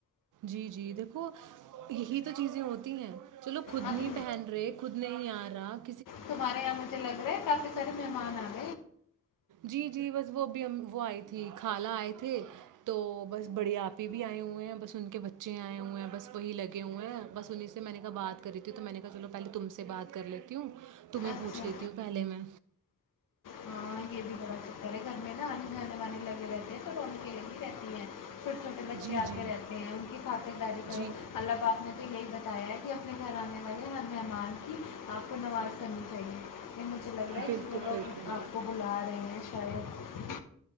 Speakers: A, on the right; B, on the left.
A: جی جی دیکھو یہی تو چیزیں ہوتی ہیں چلو خود
B: اب
A: نہیں پہن رہے خود نہیں آار عراک
B: تمہارے یہاں مجھے لگ رہا ہے کافی سارے مہمان آئے
A: جی جی بس وہ ابھی ہم وہ ای تھی خالہ آئے تھے تو بڑے آپ ہی بھی آئے ہوئے ہیں بس ان کے بچے آئے ہیں بس انہیں س ک کری ہوں تو میں نے کہا چلو پہلے تم سے بات کر لیتی ہوں تمہیں
B: اچھا
A: پوچھ لیتی ہوں پہلے میں
B: ہاں یہ بھی بڑا چکر ہے گھر میں نا آنے جانے والے لگے رہتے ہیں تو بن کے لگی رہتی ہیں چھوٹے چھوے بچے
A: جی،
B: آتے
A: جی،
B: رہتے ہیں ان کی خاترداری کرو
A: جی۔
B: اللہ باپ میں تو یہی ب ت کی اپنے گھر آنے والی ہر مہمان کی آپ کو نواز سنی ت یہ مجھے لگ رہا ہے
A: بالکل،
B: کہ یہ لوگ
A: بالکل۔
B: آپ کو بلا رہے ہیں شاید